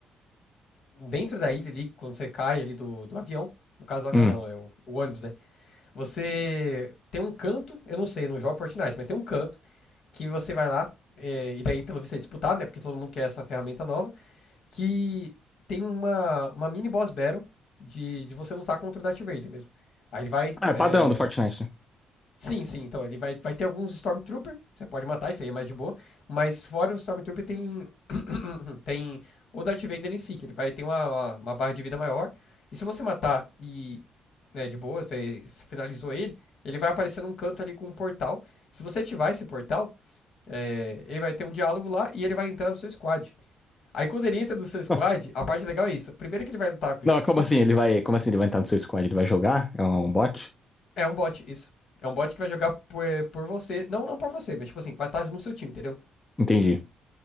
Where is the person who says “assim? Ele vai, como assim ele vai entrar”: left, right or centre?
Left